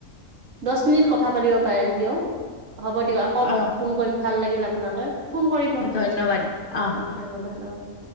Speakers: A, on the right; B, on the left.
A: দহ মিনিট কথা পাতিব পাৰিম দিয়ক, হ'ব দিয়ক। আকৌ
B: অ
A: ফোন কৰিম ভাল লাগিল আপোনালৈ। ফোন কৰিব মোক,
B: ধন্যবাদ
A: উম
B: অ
A: উম
B: অ।
A: ধন্যবাদ অ'।